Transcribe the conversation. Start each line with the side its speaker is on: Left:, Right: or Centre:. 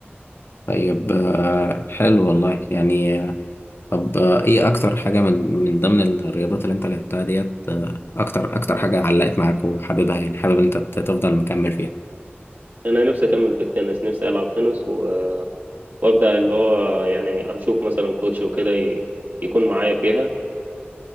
Left: طيب آه، حلو والله يعني طب آه، ايه اكتر حاجة من من ضمن الرياضات اللي انت لعبتها ديت آه، اكتر اكتر حاجة علقت معاك وحاببها يعني حابب انت ت- تفضل مكمل فيها
Right: انا نفسي اكمل في التنس نفسي العب تنس و- وابدا اللي هو يعني اشوف مثلا كوتش وكده ي- يكون معايا فيها